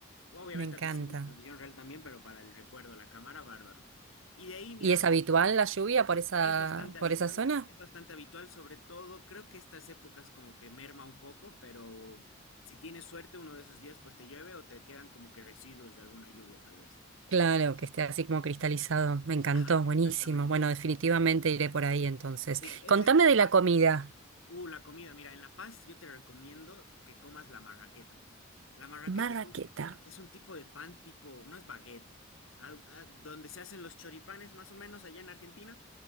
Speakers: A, on the left (about 85°); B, on the right (about 70°).
A: Obviamente
B: Me encanta.
A: la visión, la visión real también, pero para el recuerdo, la cámara, bárbaro. Y de ahí, mira,
B: ¿Y es habitual la lluvia por esa,
A: Es bastante habitual,
B: por esa zona?
A: es bastante habitual, sobre todo creo que estas épocas como que merma un poco, pero si tienes suerte uno de esos días pues te llueve o te quedan como que residuos de alguna lluvia tal vez.
B: Claro, que esté así como cristalizado. Me encantó,
A: Ajá,
B: buenísimo.
A: exactamente.
B: Bueno, definitivamente iré por ahí entonces.
A: Sí, ese
B: Contame
A: es el
B: de la
A: más.
B: comida.
A: Uh, la comida, mira, en La Paz yo te recomiendo que comas la marraqueta. La marraqueta
B: Marraqueta.
A: es un, es un tipo de pan tipo, no es baguette, al- a- donde se hacen los choripanes más o menos allá en Argentina.